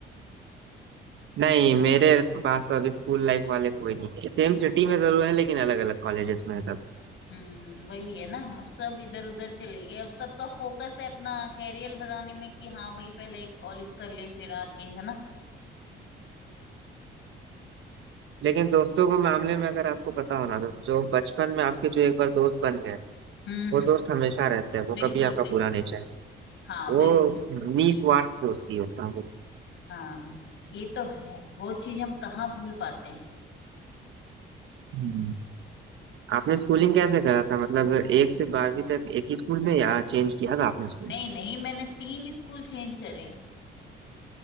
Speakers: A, on the right (about 70°); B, on the left (about 70°).
A: नहीं मेरे पास तो अभी स्कूल लाइफ वाले कोई नहीं है सेम सिटी में जरूर है लेकिन अलग अलग कॉलेजेस में है सब
B: हम्म वही है ना अब सब इधर उधर चले गए अब सबका फोकस है अपना कैरियर बनाने में कि हाँ भाई पहले कॉलेज कर ले फिर आगे है ना
A: लेकिन दोस्तों के मामले में अगर आपको पता हो ना तो जो बचपन में आपके जो एक बार दोस्त बन गए
B: हम्म
A: वो
B: हम्म
A: दोस्त हमेशा रहता है वो
B: बिल्कुल
A: कभी आपका
B: बिल्कुल
A: बुरा नहीं चाहे
B: हाँ बिल्कुल
A: वो निस्वार्थ दोस्ती होता है
B: हाँ ये तो है वो चीज हम कहाँ भूल पाते हैं
A: हम्म। आपने स्कूलिंग कैसे करा था मतलब एक से बारहवीं तक एक ही स्कूल में या चेंज किया था आपने स्कूल
B: नहीं नहीं मैंने तीन स्कूल चेंज करे हैं